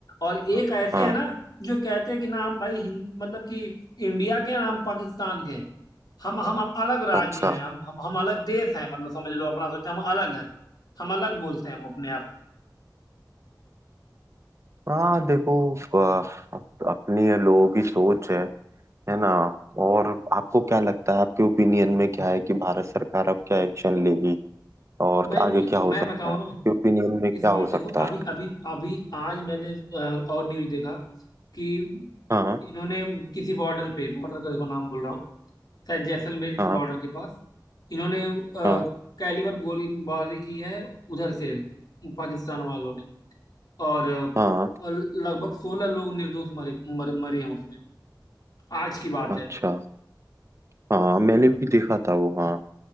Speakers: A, on the left; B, on the right.
A: और
B: हाँ
A: एक ऐसे
B: हाँ,
A: है ना जो कहते हैं कि ना हम भाई हिंद मतलब कि इंडिया के हैं, ना हम पाकिस्तान के हैं। हम हम हम अलग राज्य
B: अच्छा
A: हैं हम हम हम अलग देश हैं मतलब समझ लो अपना सोचते हैं हम अलग हैं हम अलग बोलते हैं वो अपने आप को
B: हाँ देखो अ, अप- अपनी ये लोगों की सोच है है ना और आपको क्या लगता है आपके ओपिनियन में क्या है कि भारत सरकार अब क्या एक्शन लेगी और
A: भाई
B: आगे
A: मुझे
B: क्या हो
A: मैं
B: सकता
A: बताऊं
B: है आपके
A: ना
B: ओपिनियन में क्या
A: इस
B: हो
A: बार देखो
B: सकता
A: अभी
B: है
A: अभी अभी आज मैंने अ, और न्यूज देखा कि
B: हाँ
A: इन्होंने किसी बॉर्डर पे बॉर्डर का देखो नाम बोल रहा हूँ शायद जैसलमेर
B: हाँ
A: बॉर्डर के पास इन्होंने अ,
B: हाँ
A: कैलिबर गोलीबारी की है उधर से पाकिस्तान वालों ने और, अ,
B: हाँ
A: और लगभग सोलह लोग निर्दोष मरे मर, मरे हैं उसमें आज की बात है
B: अच्छा हाँ मैंने भी देखा था वो हाँ